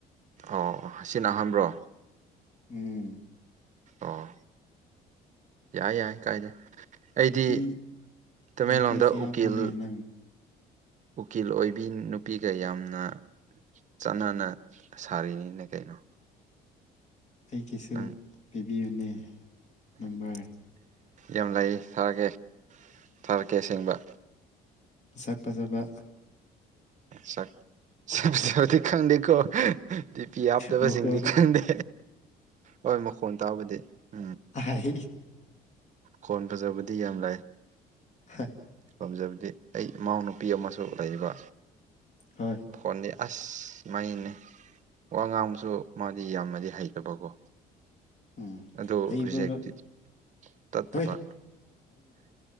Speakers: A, on the right (about 45°); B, on the left (about 45°).
A: ꯑꯣ ꯑꯁꯤꯅꯍꯥꯟꯕ꯭ꯔꯣ
B: ꯎꯝ
A: ꯑꯣ ꯌꯥꯏ ꯌꯥꯏ ꯀꯥꯏꯗꯦ ꯑꯩꯗꯤ
B: ꯅꯨꯄꯤ
A: ꯇꯃꯦꯡꯂꯣꯡꯗ
B: ꯅꯨꯄꯤ ꯀꯌꯥ
A: ꯎꯀꯤꯜ
B: ꯐꯪꯉꯦ ꯅꯪ
A: ꯎꯀꯤꯜ ꯑꯣꯏꯕꯤ ꯅꯨꯄꯤꯒ ꯌꯥꯝꯅ ꯆꯥꯟꯅꯅ ꯁꯥꯔꯤꯅꯤꯅꯦ ꯀꯩꯅꯣ
B: ꯑꯩꯒꯤꯁꯨ
A: ꯅꯪ
B: ꯄꯤꯕꯤꯌꯨꯅꯦ ꯑꯃꯥꯔꯛ
A: ꯌꯥꯝ ꯂꯩ ꯊꯥꯔꯛꯀꯦ ꯊꯥꯔꯛꯀꯦ ꯑꯁꯦꯡꯕ
B: ꯁꯛ ꯐꯖꯥꯕ
A: ꯆ ꯁꯥꯊꯤ ꯈꯪꯗꯦꯀꯣ ꯇꯗꯤ ꯄꯤ ꯍꯥꯞꯇꯕꯁꯤꯡꯗꯤ
B: ꯃꯈꯣꯟ
A: ꯈꯪꯗꯦ ꯍꯣꯏ ꯃꯈꯣꯟ ꯇꯥꯕꯗꯤ ꯎꯝ
B: ꯍꯥꯏ
A: ꯈꯣꯟ ꯐꯖꯕꯗꯤ ꯌꯥꯝ ꯂꯩ
B: ꯍ
A: ꯄꯥꯝꯖꯕꯗꯤ ꯑꯩ ꯏꯃꯎ ꯅꯨꯨꯄꯤ ꯑꯃꯁꯨ ꯂꯩꯕ
B: ꯍ
A: ꯐꯣꯟꯗꯤ ꯑꯁ ꯃꯩꯅꯦ ꯋꯥ ꯉꯥꯡꯕꯁꯨ ꯃꯥꯗꯤ ꯌꯥꯝꯅꯗꯤ ꯍꯩꯇꯕꯀꯣ꯫
B: ꯎꯝ
A: ꯑꯗꯣ
B: ꯍꯩꯕ
A: ꯔꯤꯖꯦꯛꯇꯤ ꯇꯠꯇꯕ
B: ꯍꯣꯏ